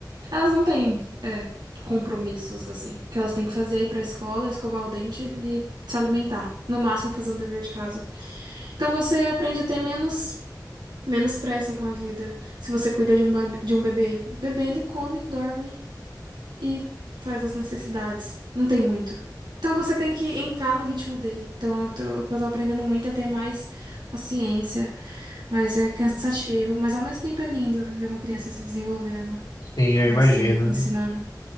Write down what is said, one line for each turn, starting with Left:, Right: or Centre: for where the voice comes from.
Right: elas não têm, é, compromissos assim, que elas têm que fazer aí para a escola, escovar o dente e se alimentar, no máximo fazer um dever de casa. Então você aprende a ter menos menos pressa com a vida. Se você cuida de um, ba- de um bebê, o bebê ele come, dorme e faz as necessidades. Não tem muito. Então você tem que entrar no ritmo dele. Então eu tô, o que eu tô aprendendo muito é ter mais paciência, mas é cansativo, mas ao mesmo tempo é lindo ver uma criança se desenvolvendo
Left: Sim, eu
Right: e
Left: imagino.
Right: você ensinando.